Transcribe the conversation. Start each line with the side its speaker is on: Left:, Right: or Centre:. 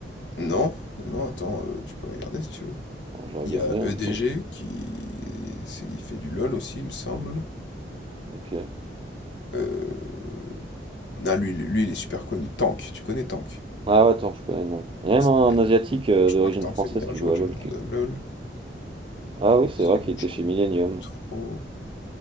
Left: Non, non, non, attends, euh, tu peux regarder si tu veux.
Right: Bon, je regardais,
Left: Il y a
Right: hein,
Left: EDG
Right: je regarde.
Left: qui c'est- il fait du LoL aussi, il me semble.
Right: Ok.
Left: Euh, Non, lui, lui, lui, il est super connu. Tank, tu connais Tank?
Right: Ah ouais, attends, je connais le nom. Il y
Left: Ouais,
Right: a même
Left: c'est-
Right: un Asiatique euh,
Left: Je
Right: d'origine
Left: crois que Tank,
Right: française
Left: c'est le meilleur
Right: qui
Left: joueur
Right: joue
Left: du
Right: à LoL
Left: monde.
Right: qui écoute.
Left: euh, LoL.
Right: Ah oui, c'est
Left: Sinon,
Right: vrai qu'il était
Left: je connais
Right: chez Millennium.
Left: trop.